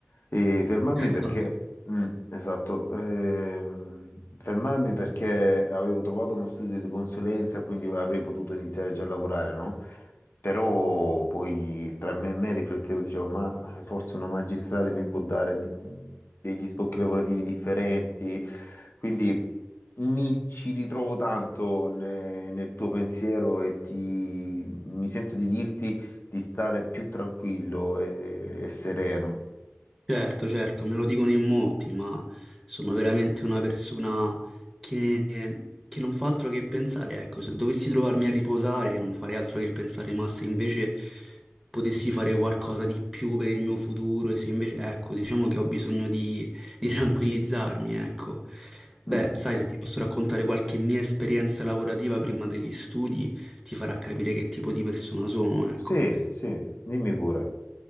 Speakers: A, on the left; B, in the centre.
A: E fermarmi
B: Interessante.
A: perché, mm, esatto, ehm, fermarmi perché avevo trovato uno studio di consulenza, quindi avrei potuto iniziare già a lavorare, no? Però poi tra me e me riflettevo, dicevo, ma forse una magistrale mi può dare di- degli sbocchi lavorativi differenti. Quindi mi ci ritrovo tanto ne- nel tuo pensiero e ti, mi sento di dirti di stare più tranquillo e, e sereno.
B: Certo, certo, me lo dicono in molti, ma sono veramente una persona che, che non fa altro che pensare. Ecco, se dovessi trovarmi a riposare, non farei altro che pensare, ma se invece potessi fare qualcosa di più per il mio futuro, e se invece, ecco, diciamo che ho bisogno di, di tranquillizzarmi, ecco. Beh,
A: Mm.
B: sai, se ti posso raccontare qualche mia esperienza lavorativa prima degli studi, ti farà capire che tipo di persona sono, ecco.
A: Sì, sì, dimmi pure.